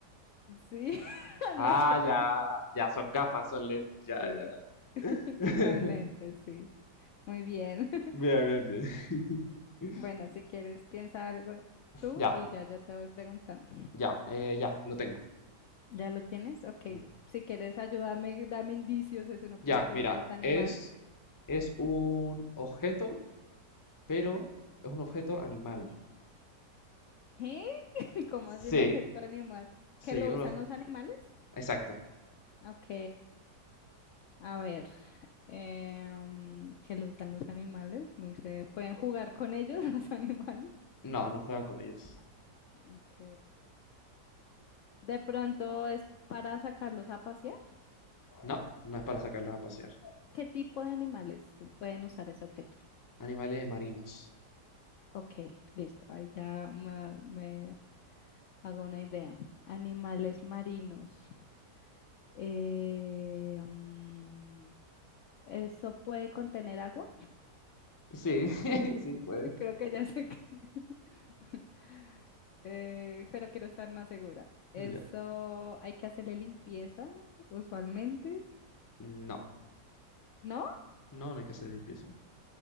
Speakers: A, on the left; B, on the left.
A: Sí, <laughs>
B: Ah,
A: no chacones.
B: ya, ya, son gafas, son lentes, ya,
A: Sí,
B: ya.
A: <laughs>
B: <laughs>
A: son lentes, sí. Muy bien. <laughs>
B: Bien, bien, bien.
A: Bueno,
B: <laughs>
A: si quieres, piensa algo tú
B: Ya,
A: y ya yo te voy preguntando.
B: ya, eh, ya, lo tengo.
A: ¿Ya lo tienes? Ok.
B: Mm.
A: Si quieres, ayúdame, dame indicios. ¿Es un objeto,
B: Ya, mira,
A: fruta, animal?
B: es, es un objeto, pero es un objeto animal.
A: ¿Qué? <laughs> ¿Cómo
B: Sí,
A: así un objeto animal?
B: sí,
A: ¿Que lo
B: un
A: usan
B: obje-
A: los animales?
B: exacto.
A: Ok. A ver. em, ¿que lo usan los animales? No sé. ¿Pueden jugar con ellos <laughs> los animales?
B: No, no juegan con ellos.
A: Ok. De pronto es para sacarlos a pasear.
B: No, no es para sacarlos a pasear.
A: ¿Qué tipo de animales pueden usar ese objeto?
B: Animales marinos.
A: Ok, listo. Ahí ya me, me hago una idea. Animales marinos. Eh, mm, ¿eso puede contener agua?
B: Sí, <laughs> sí,
A: <laughs>
B: puede.
A: Creo que ya sé que... <laughs> Eh, pero quiero estar más segura. Eso
B: Ya.
A: hay que hacerle limpieza usualmente.
B: No,
A: ¿No?
B: no, no hay que hacer limpieza.